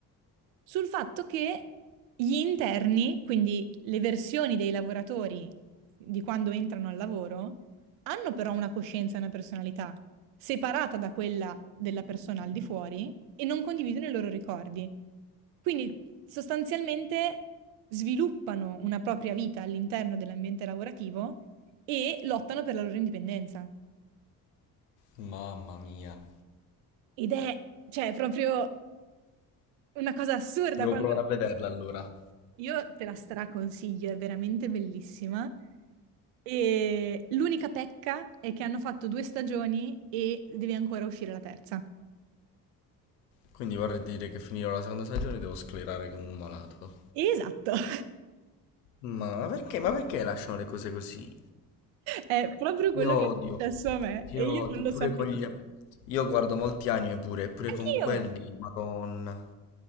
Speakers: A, on the right; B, on the left.
A: sul fatto che gli interni, quindi le versioni dei lavoratori di quando entrano al lavoro, hanno però una coscienza e una personalità separata da quella della persona al di fuori e non condividono i loro ricordi. Quindi sostanzialmente sviluppano una propria vita all'interno dell'ambiente lavorativo e lottano per la loro indipendenza.
B: Mamma mia.
A: Ed è, cioè, proprio una cosa assurda
B: Devo
A: quando
B: provare a vederla allora.
A: Io te la straconsiglio, è veramente bellissima. E l'unica pecca è che hanno fatto due stagioni e deve ancora uscire la terza.
B: Quindi vorrei dire che finirò la seconda stagione e devo sclerare come un malato.
A: Esatto, <laughs>
B: Ma, ma perché, ma perché lasciano le cose così?
A: è proprio quello
B: Che odio.
A: che è successo a me
B: Che
A: e
B: odio.
A: io non lo
B: Pure
A: sapevo.
B: con gli... app- Io guardo molti anime pure, pure
A: Anch'io,
B: con quelli, madonna.